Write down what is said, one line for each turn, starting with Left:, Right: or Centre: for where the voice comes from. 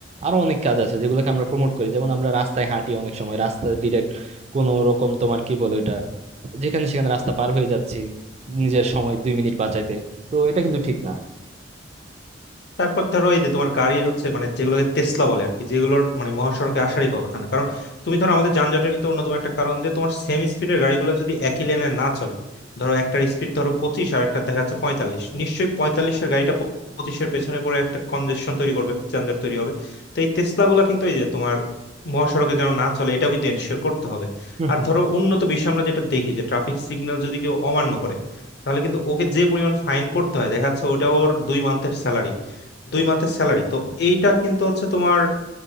Right: আরো অনেক কাজ আছে যেগুলোকে আমরা প্রমোট করি যেমন আমরা রাস্তায় হাঁটি অনেক সময় রাস্তা ডিরেক্ট কোনো রকম তোমার কি বলে ওটা যেখানে সেখানে রাস্তা পার হয়ে যাচ্ছি নিজের সময় দুই মিনিট বাঁচাইতে তো এটা কিন্তু ঠিক না
Left: তারপর ধরো এই যে তোমার গাড়ির হচ্ছে মানে যেগুলোকে টেসলা বলে আর কি যেগুলোর মানে মহাসড়কে আসারই কথা না কারণ তুমি ধরো আমাদের যানজটের কিন্তু অন্যতম একটা কারণ যে তোমার সেম স্পিডের গাড়িগুলো যদি একই লেনে না চলে ধরো একটার স্পিড ধরো পঁচিশ আর একটা দেখা যাচ্ছে পঁয়তাল্লিশ নিশ্চয়ই পঁয়তাল্লিশের গাড়িটা প- পঁচিশের পেছনে পড়ে একটা কনজেশন তৈরি করবে যানজট তৈরি হবে তো এই টেসলা গুলা কিন্তু এই যে তোমার মহাসড়কে যেন না চলে এটাও কিন্তু এনশিওর করতে হবে
Right: হুম,
Left: আর
Right: হুম,
Left: ধরো উন্নত বিশ্বে আমরা যেটা দেখি যে ট্রাফিক সিগন্যাল যদি কেউ অমান্য করে তাহলে কিন্তু ওকে যে পরিমাণ ফাইন করতে হয় দেখা যাচ্ছে ওটা ওর দুই মান্থের স্যালারি দুই মান্থের স্যালারি তো এইটা কিন্তু হচ্ছে তোমার